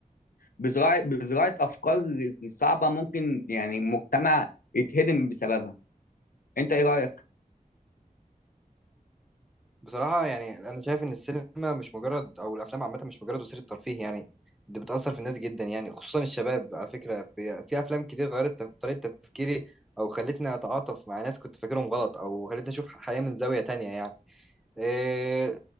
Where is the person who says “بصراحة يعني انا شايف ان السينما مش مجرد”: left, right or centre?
Centre